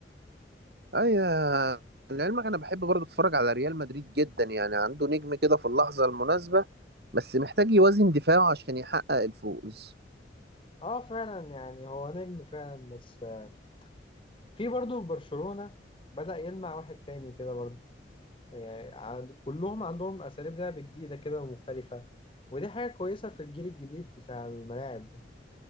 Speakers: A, on the right (about 60°); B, on the left (about 30°).
A: ايوه لعلمك انا بحب برضه اتفرج على ريال مدريد جدا يعني عنده نجم كده في اللحظه المناسبه بس محتاج يوازن دفاعه عشان يحقق الفوز
B: اه فعلا يعني هو نجم فعلا بس آه، في برضه في برشلونة بدأ يلمع واحد تاني كده برضه يعني عند- كلهم عندهم أساليب لعب جديدة كده ومختلفة ودي حاجة كويسة في الجيل الجديد بتاع الملاعب ده